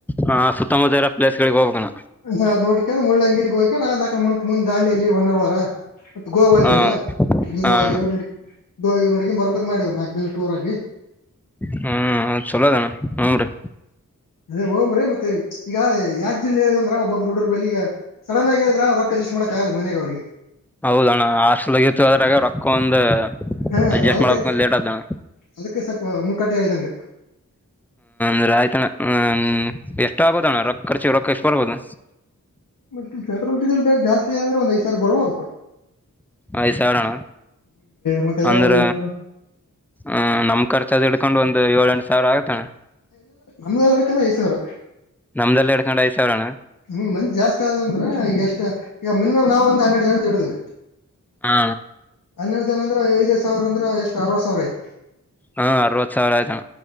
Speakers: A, in the centre; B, on the left (about 80°).
A: ಹಾ ಸುತ್ತಮುತ್ತ ಇರ ಪ್ಲೇಸ್ಗಳಿಗೆ ಹೋಗಬೇಕಣ.
B: ಹದ ನೋಡಕಂದ್ರ ಮುಳ್ಳಂಗಿರಿಗೆಗ್ ಹೋಗಿ ನಾತ್ಂದ ದಾಂಡಿಯಲ್ಲಿ ಒನ್ ಅವರ ಮತ್ತ ಗೋವಾ ಅಂತೀರಲ್ಲ
A: ಹಾ
B: ಗೋ
A: ಹಾ ಅಣ್ಣ
B: ಗೋ ನೋಡ ಮಾಡಡಿ ಒಂದು ನಲ್ಕ ದಿನ ಟೂರ್ಗಿ
A: ಹ್ಮ್್ ಚಲೋದಣ ಹನ್್ರರಿ
B: ಅ ಓ್ರ ಮತ್ತ ಈಗ ಯಾಕ ಜಿಲ್ಲೆ ಹೇಳಿದಂದ್ರ ಒಬ್ಬಬ್ ರೂಡ್ರ್ ಬ ಈಗ ಸನ್ ಆಗಿ ಹೇಳಿದ್ರಜಸ್ಟ್ ಮಾಡಕ ಲ್ಲ ಮನೆಗೆ ಅವ್ರಿಗೆ
A: ಹೌದಣ್ಣ ಹಾಸ್ಟಲ್ಗ ಇತ್ತು ಅದ್ರಾಗ ರೊಕ್ಕ ಒಂದು್
B: ಹಾ
A: ಅಡ್ಜಸ್ಟ್
B: ಅದ್ ಅದಕ್ಕೆ
A: ಮಾಡಬೇಕಂದ ಲೇಟ್ ಆದಣ್ಣ
B: ಅದಕ್ಕೆ ಸ್ವಲ್ಪ ಮುಖಾಟ ಹೇಳಿದಂಗ
A: ಅಂದ್ರೆ ಆಯ್ತಣ್ಣ ಹ್ಮ್ ಎಷ್ಟ ಆಗಬೋುದಣ್ಣ ರೊ ಖರ್ಚಿ ರೊಕ್ಕ ಎಷ್ಟು ಬರ್ಬೋದು
B: ಮತ್ತೆ ಪೆಟ್ರೋಲ್ ಡೀಸೆಲ್ ರೇಟ್ ಜಾಸ್ತಿ ಅಂದ್ರೆ ಒಂದ್ ಐ್ ಸಾವರ ಬರ್ಬೋದು
A: ಐದು ಸಾವಿರಣ್ಣ
B: ಮತ್ತೆ ಎಲ್ಲಾರ
A: ಅಂದ್ರ
B: ಒಂದ್ ಐದ್ ಸಾವಿರ
A: ಅ ನಮ ಖರ್ಚ ಅದು ಹಡ್ಕೊಂಡುಂತ ಏಳ ಎಂಟು ಸಾವಿರ ಆಗತಾನ
B: ಇನು ಯೆದುಕ್ ಐದು ಸಾವಿರ
A: ನಮ್ದಲ್ಲಿ ಎಡ್ಕೊಂಡ್ ಐದ ಸಾವಿರ್ಣ
B: ಹ್ಮ್ ಮಂದಿ ಜಾಸ್ತಿ ಆದ ಅಂದ್ರ ಈಗ ಎಷ್ಟ ಈಗ ಮಿನಿಮ್ ನಾವವು ಒಂದ ಹನ್ನೆರಡು ಜನ ತಿಡಿದ್ವಿ
A: ಹಾ
B: ಹನ್ನೆರಡು ಜನ ಅಂದ್ರೆ ಐದದು ಸಾವಿರ ಅಂದ್ರ ಎಷ್ಟ್ ಅರ್ವ ಸಾವಿರ ಐತಿ
A: ಹಾ ಅರವತ್ ಸಾವಿರ ಆಯ್ತಾ